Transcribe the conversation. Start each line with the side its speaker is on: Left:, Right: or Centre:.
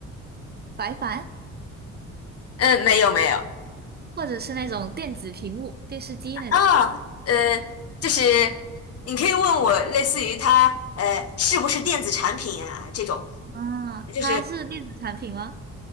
Right: 白板，
Left: 嗯，没有没有。
Right: 或者是那种电子屏幕、电视机那种。
Left: 啊，呃，就是你可以问我，类似于它呃是不是电子产品啊这种，
Right: 啊，
Left: 就是
Right: 它是电子产品吗？